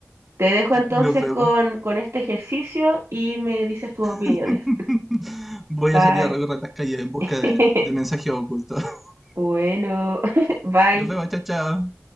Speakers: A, on the right; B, in the centre.
A: te dejo entonces
B: Nos vemos.
A: con, con este ejercicio y me dices tus opiniones.
B: <laughs> Voy
A: <laughs> Bye.
B: a salir a recorrer las calles en busca
A: <laughs>
B: de, de mensajes ocultos. <laughs>
A: Bueno, <laughs> bye.
B: Nos vemos, chao, chao.